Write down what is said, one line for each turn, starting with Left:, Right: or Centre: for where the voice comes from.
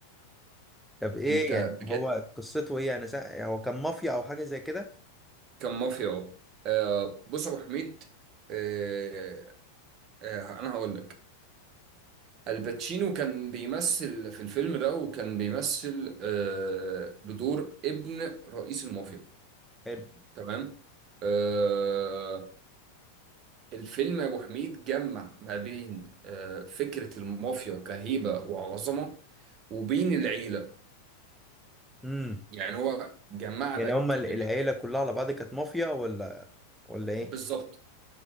Centre: طب ايه
Right: انت
Centre: يعني
Right: بجد
Centre: هو قصته ايه انا سا... هو كان مافيا او حاجه زي كده
Right: كان مافيا آه، بص يا ابو حميد آه، آه، انا هقول لك الباتشينو كان بيمثل في الفيلم ده وكان بيمثل آه، بدور ابن رئيس المافيا
Centre: حلو
Right: تمام آه، الفيلم يا ابو حميد جمع ما بين آه، فكرة المافيا كهيبة وعظمة وبين العيلة
Centre: امم
Right: يعني هو جمع
Centre: يعني
Right: لك
Centre: هما ال-
Right: ال-
Centre: العيله كلها على بعض كانت مافيا ولا ولا ايه
Right: بالظبط